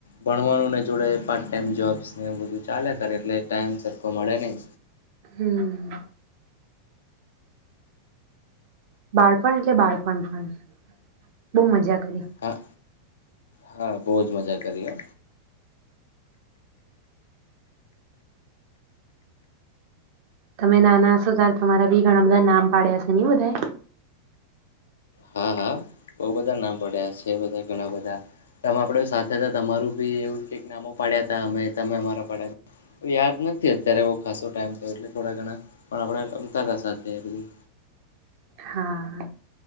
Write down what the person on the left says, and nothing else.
ભણવાનું ને જોડે પાર્ટ ટાઈમ જોબ્સ ને એ બધું ચાલ્યા કર એટલે ટાઈમ સરખો મળે નહીં.
હા હા બોવ જ મજા કરી હો.
હા, હા, બોઉ બધા નામ પડ્યા છે એ બધા ઘણા બધા. <unintelligible> આપડુ સા <unintelligible> તમારું ભી એવું કઈક નામો પાડ્યા તા અમે તમે અમારા પાડ્યા તા. યાદ નથી અત્યારે એવું. ખાસો ટાઈમ થયો એટલે થોડા ઘણા, પણ આપણે રમતા તા સાથે <unintelligible>